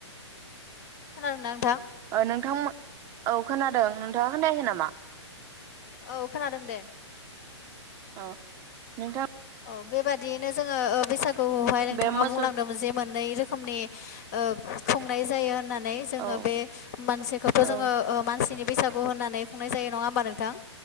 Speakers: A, on the left; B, on the right.
A: खोनादोंना नोंथां
B: नोंथां औ खोनादों नोंथाङा खोनायाखै नामा।
A: औ खोनादों दे
B: औ नोंथां।
A: औ बेबादियैनो जोङो बैसागुआवहाय नोंथाङा
B: बे मोसौ
A: बुंलांदोंमोन जे मोननै रोखोम। रोखोमनि खुंनाय जायो होननानै। नै जोङो
B: औ
A: बे मोनसेखौथ'
B: औ
A: जोङो मानसिनि। बैसागु होननानै खुंनाय जायो नङा होनबा नोंथां